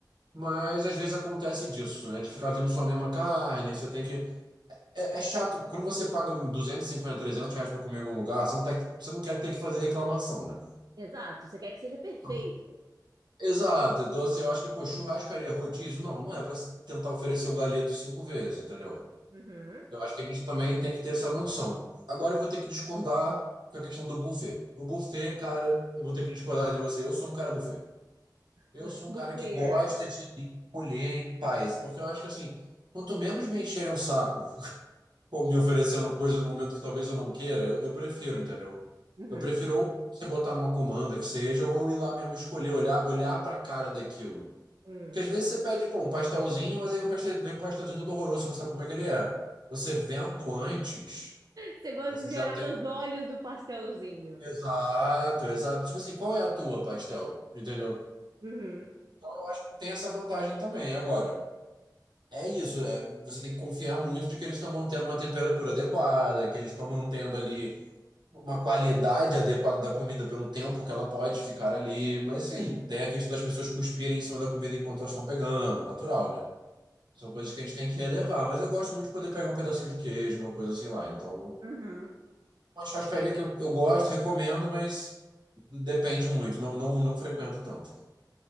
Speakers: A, on the right; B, on the right.
A: Mas às vezes acontece disso, né? De ficar vindo só a mesma carne, aí você tem que é, é chato, quando você paga 250, 300, reais pra comer em algum lugar, você não, tá, você não quer ter que fazer reclamação, né?
B: Exato, você quer que seja perfeito.
A: Não. Exato, então assim, eu acho que, pô, churrascaria, rodízio, não, não é pra tentar oferecer o galeto cinco vezes, entendeu?
B: uhum,
A: Eu acho que a gente também tem que ter essa noção. Agora eu vou ter que discordar com a questão do buffet. O buffet, cara, eu vou ter que discordar de você. Eu sou um cara buffet. Eu
B: Você
A: sou
B: é
A: um cara
B: um buffet.
A: que gosta de colher em paz, porque eu acho que assim, quanto menos me encherem o saco Ou me oferecendo coisa no momento que talvez eu não queira, eu, eu prefiro, entendeu?
B: uhum,
A: Eu prefiro ou você botar numa comanda que seja, ou eu ir lá mesmo escolher, olhar, olhar pra cara daquilo.
B: uhum,
A: Porque às vezes você pede, pô, um pastelzinho, mas aí o pastel, vem um pastelzinho todo horroroso, você não sabe como é que ele é. Você vendo antes,
B: Você gosta
A: você
B: de
A: já
B: olhar
A: tem.
B: nos olhos do pastelzinho.
A: Exato, exato. Tipo assim, qual é a tua pastel? Entendeu?
B: uhum,
A: Então eu acho que tem essa vantagem também. Agora, é isso, é, você tem que confiar muito de que eles estão mantendo uma temperatura adequada, que eles estão mantendo ali uma qualidade adequada da comida pelo tempo que ela pode ficar ali. Mas sim, tem a questão das pessoas cuspirem em cima da comida enquanto elas estão pegando, natural, né? São coisas que a gente tem que relevar. Mas eu gosto muito de poder pegar um pedacinho de queijo, uma coisa assim lá. Então,
B: uhum.
A: uma churrascaria que eu, eu gosto, recomendo, mas depende muito. Não, não, não frequento tanto.